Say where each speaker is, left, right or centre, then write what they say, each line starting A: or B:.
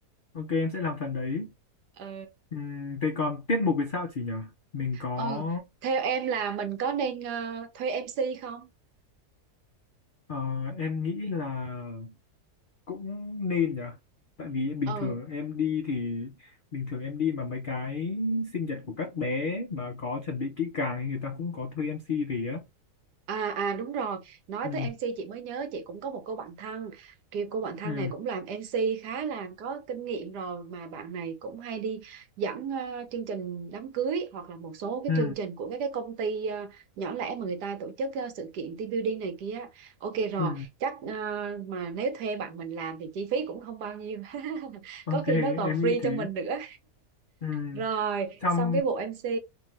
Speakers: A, on the left; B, on the right.
A: ok em sẽ làm phần đấy.
B: Ừ,
A: Uhm, thế còn tiết mục thì sao chị nhỉ? Mình có,
B: ừ, theo em là mình có nên ờ, thuê MC không?
A: ờ, em nghĩ là cũng nên nhở tại vì bình
B: Ừ.
A: thường em đi thì bình thường em đi mà mấy cái sinh nhật của các bé mà có chuẩn bị kỹ càng thì người ta cũng có thuê MC về á
B: À à đúng rồi, nói
A: ừ
B: tới MC chị mới nhớ chị cũng có một cô bạn thân, kiểu cô bạn thân
A: ừ
B: này cũng làm MC khá là có kinh nghiệm rồi mà bạn này cũng hay đi dẫn ờ, chương trình đám cưới hoặc là một số cái
A: ừ
B: chương trình của các cái công ty ờ, nhỏ lẻ mà người ta tổ chức ờ, sự kiện team building này kia. Ok rồi,
A: ừ
B: chắc ờ, mà nếu thuê bạn mình làm thì chi phí cũng không bao nhiêu. <laughs>
A: ok
B: Có khi nó còn
A: em
B: free
A: nghĩ thế
B: cho mình nữa.
A: ừ
B: Rồi,
A: trong
B: xong cái bộ MC